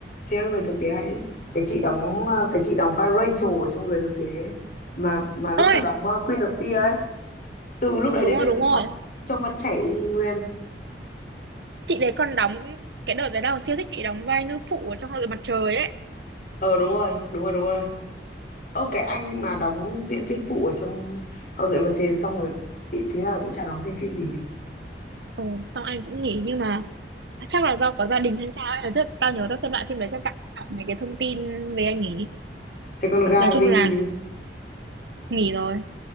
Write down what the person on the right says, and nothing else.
ôi
đúng
rồi
đúng rồi
chị đấy còn đóng cái đợt đấy tao siêu thích chị đóng vai nữ phụ ở trong hội mặt trời ấy
ồ xong anh cũng nghỉ nhưng mà chắc là do có gia đình hay sao ấy nói thật tao nhớ tao xem lại phim đấy xem tặng đọc mấy cái thông tin về anh nghỉ
nói chung là nghỉ rồi